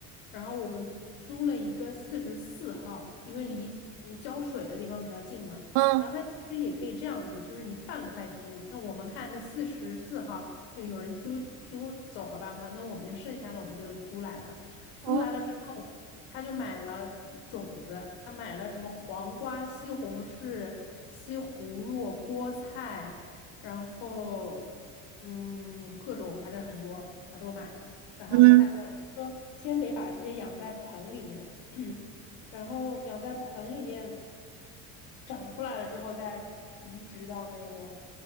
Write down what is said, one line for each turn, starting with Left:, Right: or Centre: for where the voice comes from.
Left: 然后我们租了一个四十四号，因为离嗯浇水的地方比较近嘛。
Right: 嗯
Left: 然后它其实也可以这样子，就是你半块租，那我们看那四十四号就有人租租走了半块，那我们就剩下的我们就租来了。租来了之后，
Right: 哦，
Left: 他就买了种子，他买了什么黄瓜、西红柿、西葫芦、菠菜。然后嗯，各种反正很多，他都买了。然后他我说先得把这些养在盆里面，
Right: 嗯。
Left: <clears throat> 然后养在盆里面长出来了之后再移植到那个